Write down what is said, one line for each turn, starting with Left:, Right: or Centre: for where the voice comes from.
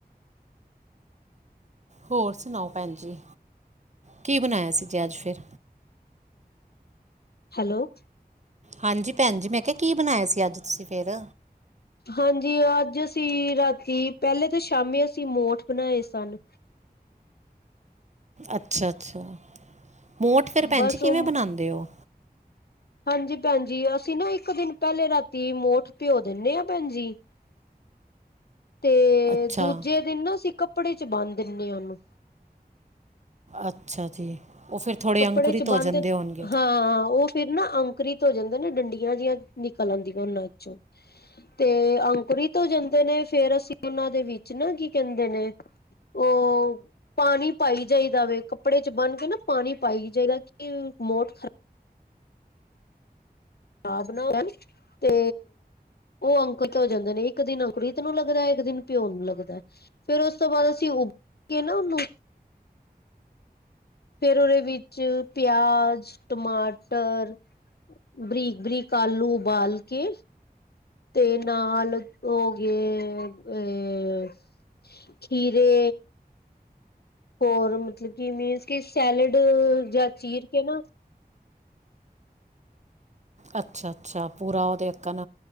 Right: ਹੋਰ ਸੁਨਾਓ ਭੈਣਜੀ, ਕੀ ਬਨਾਯਾ ਸੀ ਜੇ ਅੱਜ, ਫੇਰ?
Left: ਹੈਲੋ।
Right: ਹਾਂਜੀ, ਭੈਣ ਜੀ, ਮੈਂ ਕਿਆ ਕੀ ਬਨਾਇਆ ਸੀ, ਅੱਜ ਤੁਸੀ ਫੇਰ?
Left: ਹਾਂਜੀ, ਅੱਜ ਅਸੀ ਰ੍ਹਾਤੀ ਪਹਿਲੇ ਤੇ ਸ਼ਾਮੀ ਅਸੀ ਮੋਠ ਬਨਾਏ ਸਨ।
Right: ਅੱਛਾ-ਅੱਛਾ, ਮੋਠ ਫੇਰ ਭੈਣ
Left: ਬਸ
Right: ਜੀ, ਕਿਵੇਂ
Left: ਉਹ
Right: ਬਨਾਂਦੇ ਓ?
Left: ਹਾਂਜੀ, ਭੈਣ ਜੀ, ਅਸੀ ਨਾ ਇੱਕ ਦਿਨ ਪਹਿਲੇ ਰ੍ਹਾਤੀ ਮੋਠ ਭਿਂਓ ਦੇਨੇ ਆ, ਪੈਂਜੀ ਤੇ,
Right: ਅੱਛਾ
Left: ਦੂਜੇ ਦਿਨ ਨਾ ਅਸੀ ਕੱਪੜੇ'ਚ ਬੰਨ ਦਿੰਨੇ ਆ ਓਹਨੂੰ।
Right: ਅੱਛਾ ਜੀ। ਉਹ ਫਿਰ ਥੋੜ੍ਹੇ
Left: ਕੱਪੜੇ'ਚ
Right: ਅੰਕੁਰਿਤ
Left: ਬੰਨ‌ਦੇਨ?
Right: ਹੋ ਜਾਂਦੇ ਹੋਣਗੇ
Left: ਹਾਂ, ਓ ਫੇਰ ਨਾ ਅੰ ਅੰਕੁਰੀਤ ਹੋ ਜਾਂਦੇ ਨੇ, ਡੰਡੀਆਂ ਜੀਆਂ ਨਿਕਲ ਆਂਦੀਆ ਓਨਾਂ'ਚੋਂ ਤੇ ਅੰਕੁਰੀਤ ਹੋ ਜਾਂਦੇ ਨੇ, ਫੇਰ ਅਸੀ ਓਨਾਂ ਦੇ ਵਿੱਚ ਨਾ, ਕੀ ਕਹਿੰਦੇ ਨੇ ਓ ਪਾਣੀ ਪਾਈ ਜਾਈਦਾ ਵੇ, ਕੱਪੜੇ'ਚ ਬੰਨਕੇ ਨਾ ਪਾਣੀ ਪਾਈ ਜਾਈਦਾ ਕਿ, ਮੋਠ ਖਰਾ ਖਰਾਬ ਨਾ ਹੋ ਜਾਣ, ਤੇ ਓ ਅੰਕਰਿਤ ਹੋ ਜਾਂਦੇ ਨੇ, ਇੱਕ-ਦਿਨ ਅੰਕੁਰੀਤ ਨੂੰ ਲੱਗਦਾ, ਇੱਕ-ਦਿਨ ਭਿਓਨ ਨੂੰ ਲੱਗਦਾ ਐ। ਫਿਰ ਉਸ ਤੋਂ ਬਾਅਦ ਅਸੀ ਉਗਕੇ ਨਾ, ਓਹਨੂੰ ਫੇਰ ਓਰੇ ਵਿੱਚ ਪਿਆਜ, ਟਮਾਟਰ ਬਰੀਕ-ਬਰੀਕ ਆਲੂ ਉਬਾਲਕੇ ਤੇ ਨਾਲ ਓ ਹੋ ਗਏ, ਏ ਖੀਰੇ ਹੋਰ ਮਤਲਬ ਕਿ, ਮੀੰਨਸ ਕੀ ਸੈਲਡ ਜਾ ਚੀਰਕੇ ਨਾ
Right: ਅੱਛਾ-ਅੱਛਾ, ਪੂਰਾ ਓਹਦੇ ਅੱਕਨ,